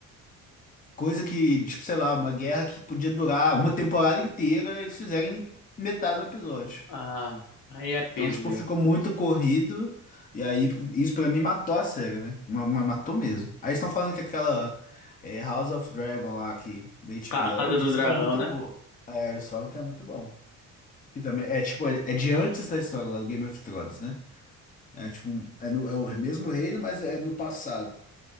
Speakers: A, on the left; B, on the left.
A: Coisa que, tipo, sei lá, uma guerra que podia durar uma temporada inteira, eles fizerem metade do episódio.
B: Ah, aí é peso
A: Então, tipo,
B: mesmo.
A: ficou muito corrido. E aí, isso pra mim matou a série, né? Ma- ma- Matou mesmo. Aí estão falando que aquela eh, House of Dragon lá que, da HBO
B: Ca- A Casa
A: diz
B: do Dragão,
A: que é muito
B: né?
A: boa. É, eles falam que é muito bom. Que também é tipo, é, é de antes da história lá do Game of Thrones, né? É tipo, um- é, no, é o mesmo reino, mas é no passado.